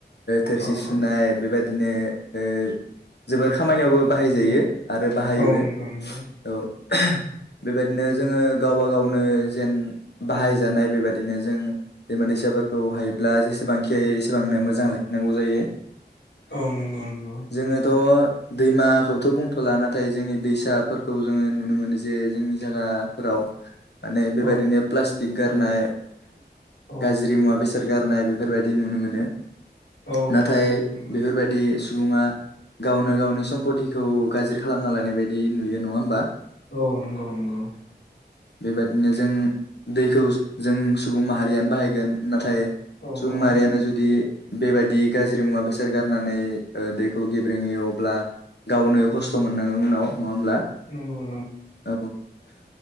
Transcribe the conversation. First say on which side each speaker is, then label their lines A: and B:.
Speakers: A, on the left; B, on the left.
A: थोरसि
B: औ
A: सुनाय बेबायदि बिदिनो ओ जोबोर खामानियावबो बाहायजायो आरो बाहायोबो
B: औ नंगौ नंगौ
A: औ। बेबायदिनो जोङो गावब गावनो जेन बाहायजानाय बेबायदिनो जों दैमा दैसा फोरखौ हायोब्ला जेसेबांखि हायो एसेबांनो मोजां लाखिनांगौ जायो।
B: औ नंगौ नंगौ
A: जोङोथ' दैमाखौथ' बुंथ'ला नाथाय जोंनि दैसाफोरखौ जोङो नुनो मोनो जे जोंनि जायगाफोराव औ माने बेबायाददिनो
B: औ
A: प्लास्टिक गारनाय
B: औ
A: गाज्रि मुवा बेसाद गारनाय बे बेफोरबायदि नुनो मोनो
B: औ
A: नाथाय
B: नंगौ
A: बेफोरबायादि सुबुङा गावनो गावनि सम्पतिखौ गाज्रि खालामना लायानाय बायदि नुयो नङा होमबा
B: औ नंगौ नंगौ।
A: बेबादिनो जों दैखौ जों सुबुं माहारियानो बाहायगोन नाथाय
B: औ
A: सुबु
B: औ
A: माहारिआनो जुदि बेबायदि गाज्रि मुवा बेसाद गारनानै ओ दैखौ गेब्रेङयो अब्ला गावनो खस्थ' मोननांगो उनाव नङा होमब्ला?
B: नंगौ
A: औ।